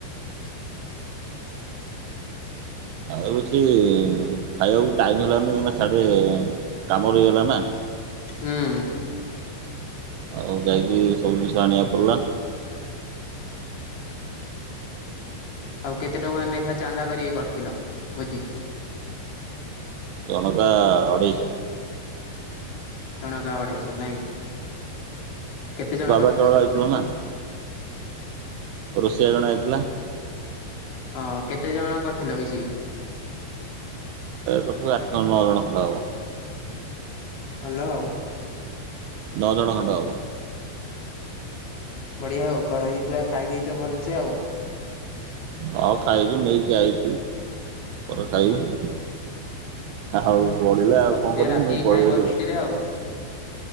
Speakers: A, on the right; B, on the left.
A: ଆଉ। ଟିକେ ଖାଇବାକୁ ଟାଇମ ହେଲାନି କାହିଁକିନା ସାଢେ କାମ ରହିଗଲା ନା
B: ହୁଁ
A: ଆଉ ଯାଇକି ସବୁ ଜିନିଷ ଆଣିବାକୁ ପଡ଼ିଲା।
B: ଆଉ କେତେ ଟଙ୍କା ଲେଖା ଚାନ୍ଦା କରିକି କରିଥିଲ ଭୋଜି।
A: ଜଣକା ଅଢେଇଶ।
B: ଜଣକା ଅଢେଇଶ ନାଇଁ। କେତେ ଜଣ
A: ବାବା
B: କରିଥିଲ
A: ଚାଉଳ ଆଣିଥିଲୁ ନା। ରୋଷେଇଆ ଜଣେ ଆଇଥିଲା।
B: ହଁ କେତେ ଜଣ କରିଥିଲ ମିଶିକି।
A: ତଥିବେ ଆଠ ଜଣ ନଅ ଜଣ ଖଣ୍ଡ ହବ।
B: ହ୍ୟାଲୋ।
A: ନ ଜଣ ଖଣ୍ଡ ହବ।
B: ବଢିଆ ଆଉ କରି ପୁରା ଖାଇ ଦେଇେଇଛ ଭଲସେ ଆଉ।
A: ହଁ ଖାଇଛୁ ନେଇକି ଆଇଛୁ। ପରେ ଖାଇବୁ। ଆ ହୋଉ ବଳିଲା ଆଉ
B: ରଖିଦିଅ
A: କଣ କରିବୁ
B: ରାତିକି
A: ନେଇ ପଳେଇଆଇଲୁ
B: ଖାଇବ ରୁଟିରେ
A: ଆଉ।